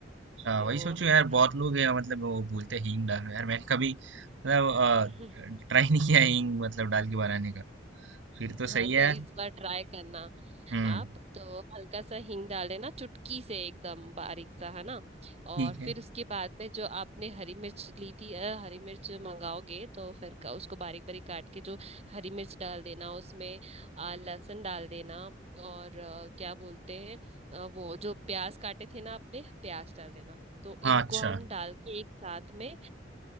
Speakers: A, on the right; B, on the right.
A: अच्छा
B: तो
A: वही सोचो यार
B: अ,
A: बहुत लोग हैं मतलब वो बोलते हैं हींग डालो यार मैंने कभी मतलब
B: <laughs>
A: ट्राई नहीं किया है हींग मतलब डाल के बनाने का फिर तो
B: हाँ
A: सही
B: तो
A: है यार
B: इस बार ट्राई करना
A: हम्म
B: आप तो हल्का सा हींग डाल देना चुटकी से एकदम बारीक सा है ना और
A: ठीक है
B: फिर उसके बाद में जो आपने हरी मिर्च ली थी अ, हरी मिर्च मंगाओगे तो फिर का, उसको बारीक बारीक काट के जो हरी मिर्च डाल देना उसमें अ, लहसुन डाल देना और अ, क्या बोलते हैं अ, वो जो प्याज काटे थे ना आपने प्याज डाल देना तो इनको
A: हाँ अच्छा
B: हम डाल के एक साथ में